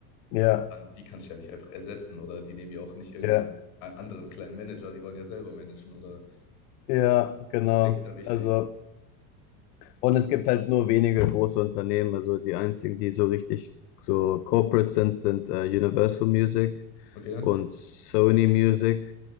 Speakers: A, on the left; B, on the left.
A: Ja,
B: An die kannst du ja nicht einfach ersetzen oder die nehmen ja auch nicht irgendeinen
A: ja,
B: a- anderen kleinen Manager, die wollen ja selber managen oder
A: ja, genau.
B: denke ich da richtig?
A: Also, und es gibt halt nur wenige große Unternehmen. Also die einzigen, die so richtig so corporate sind, sind äh, Universal Music
B: Okay,
A: und Sony Music